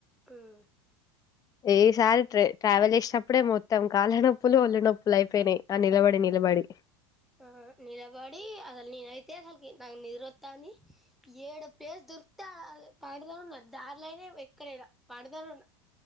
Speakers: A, in the centre; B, on the left.
A: హ్మ్
B: ఏసారి ట్రావెల్ చేసినప్పుడే మొత్తం కాళ్ళనొప్పులు ఒల్ళ నొప్పులు అయిపోయినాయి ఆ నిలబడి నిలబడి
A: ఆ నిలబడి అసలు నేనైతే అసలుకి నా నిద్రొస్తాంది ఏడు పేరు దొరికితే అ పాడుతానున్నారు దారిలోనా ఎక్కడైనా పాడుతను ఉన్న